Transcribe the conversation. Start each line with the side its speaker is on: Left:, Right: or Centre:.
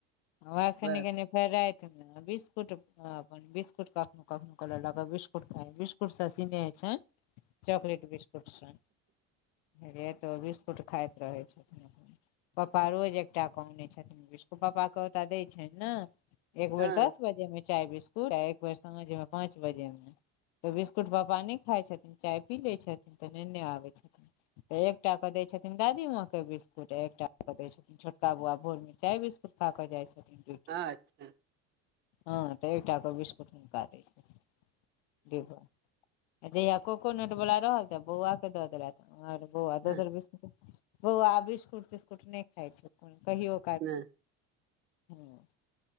Left: वैह कनि-कनि
Right: बस
Left: फेर रातमे बिस्कुट अपन बिस्कुट कखनो-कखनो क लेलक बिस्कुट खाय बिस्कुट से स्नेह छैन। चॉकलेट बिस्कुट से राइतो बिस्कुट खाइत रहै छथिन अपन। पप्पा रोज एकटा के आने छथिन बिस्कुट पप्पा के क ओता देय छैन ना एक
Right: हँ
Left: बेर दस बजे में चाय बिस पूर एक बेर साझमे पाँच बाजेमे। तऽ बिस्कुट पापा नै खाइ छथिन, चाय पी लै छथिन तऽ नेने आबै छथिन। तऽ एकटा केे दै छथिन दादी माँ के बिस्कुट, एकटा के दै छथिन छोटका बौआ भोरमे चाय बिस्कुट खाए कऽ जाइ छथिन ड्यूटी।
Right: अच्छा
Left: हां तऽ एकटा के बिस्कुट हुनका दै छथिन डिब्बा। जहिया ककोनट वला रहल तऽ बौआ के दऽ देलैथ और बौआ
Right: हँ
Left: दोसर बिस्क बौआ बिस्कुट-तिस्कुट नै खाइ छै कून कहियो
Right: नै।
Left: हां।